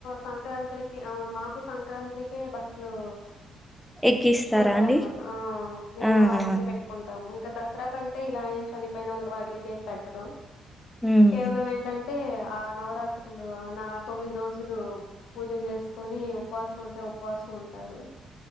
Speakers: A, on the left; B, in the centre.
A: సంక్రాంతికి అవును మాకు సంక్రాంతికె బట్టలు
B: ఎక్కిస్తారా
A: ఇచ్చుకుంటాం
B: అండి
A: అనమాట ఆ మేము
B: ఆహా
A: వాళ్ళకే పెట్టుకుంటాము ఇంకా దసరా కంటే ఇలా ఏం చని పేనులకి వాట్లకి ఏం పెట్టరు
B: ఉమ్
A: కేవలం ఏంటంటే ఆ నవరాత్రులు ఆ నా తొమ్మిది రోజులు పూజలు చేసుకొని ఉపవాసం ఉంటే ఉపవాసం ఉంటారు